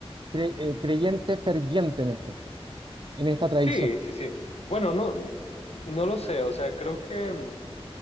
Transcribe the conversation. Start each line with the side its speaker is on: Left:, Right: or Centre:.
Right: cre- eh, creyente ferviente en esto, en esta tradición.
Left: Sí, sí, sí. Bueno, no, no lo sé, o sea, creo que mm,